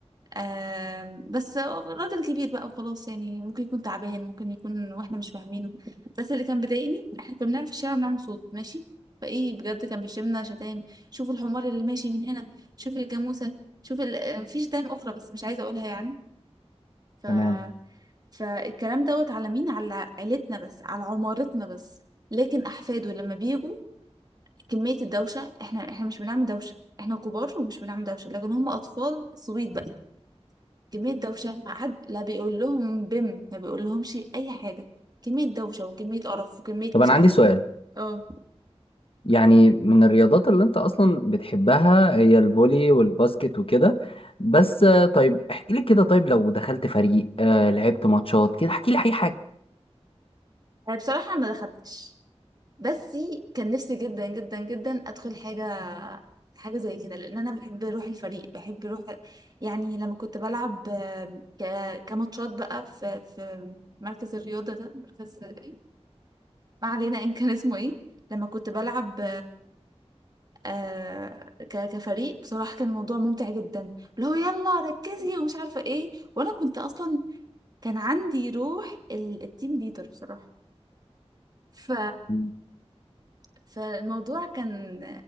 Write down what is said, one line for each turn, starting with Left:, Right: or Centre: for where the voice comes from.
Right: آم، بس راجل كبير بقى وخلاص يعني ممكن يكون تعبان ممكن يكون واحنا مش فاهمينه بس اللي كان بيضايقني احنا كنا بنلعب في الشارع بنعمل صوت ماشي فايه بجد كان بيشتمنا شتايم شوفوا الحمار اللي ماشي من هنا شوف الجاموسه شوف ال... آه، في شتايم اخرى بس مش عايزه اقولها يعني ف
Left: تمام
Right: فالكلام دوت على مين على عيلتنا بس على عمارتنا بس لكن احفاده لما بيجوا كميه الدوشه احنا احنا مش بنعمل دوشه احنا كبار ومش بنعمل دوشه لكن هم اطفال صويت بقى كمية دوشة ما حد لا بيقول لهم بم ما بيقول لهمش أي حاجة كمية دوشة وكمية قرف وكمية
Left: طب
Right: مش
Left: انا
Right: عارفة
Left: عندي سؤال
Right: ايه اه
Left: يعني من الرياضات اللي انت اصلا بتحبها هي الفولي والباسكت وكده بس آه، طيب احكي لي كده طيب لو دخلت فريق آه، لعبت ماتشات كده احكي لي اي حاجه
Right: أنا بصراحة ما دخلتش بس كان نفسي جدا جدا جدا أدخل حاجة حاجة زي كده لأن أنا بحب روح الفريق بحب روح يعني لما كنت بلعب آه، ك... كماتشات بقى في في مركز الرياضة ده مركز إيه؟ ما علينا إن كان اسمه إيه لما كنت بلعب آه ك- كفريق بصراحة كان الموضوع ممتع جدا اللي هو يلا ركزي ومش عارفة ايه وانا كنت اصلا كان عندي روح ال- التيم ليدر بصراحة ف
Left: مم.
Right: فالموضوع كان